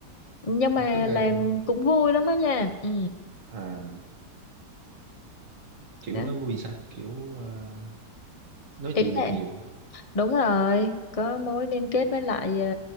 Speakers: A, on the left; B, on the right.
A: nhưng mà
B: tính ra
A: làm
B: công
A: cũng vui lắm á nha ừ
B: à, kiểu
A: đó
B: nó vui sao kiểu ờ, nói
A: ý
B: chuyện
A: là
B: được nhiều
A: Đúng rồi, có mối liên kết với lại ờ,